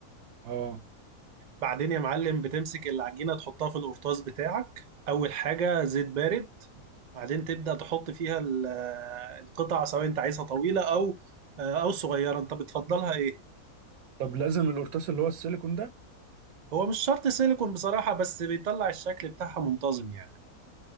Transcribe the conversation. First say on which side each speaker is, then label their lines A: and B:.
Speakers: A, on the right; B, on the right.
A: اه
B: بعدين يا معلم بتمسك العجينه تحطها في القرطاس بتاعك اول حاجه زيت بارد بعدين تبدا تحط فيها ال- القطع سواء انت عايزها طويله او او صغيره انت بتفضلها ايه
A: طب لازم القرطاس اللي هو السيليكون ده
B: هو مش شرط سيليكون بصراحه بس بيطلع الشكل بتاعها منتظم يعني